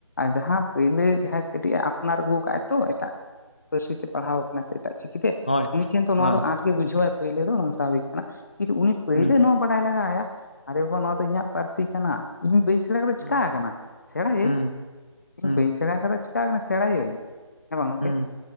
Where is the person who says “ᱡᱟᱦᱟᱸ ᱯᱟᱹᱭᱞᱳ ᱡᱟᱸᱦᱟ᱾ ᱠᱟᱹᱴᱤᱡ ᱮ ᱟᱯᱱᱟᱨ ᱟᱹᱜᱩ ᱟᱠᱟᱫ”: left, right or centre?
Left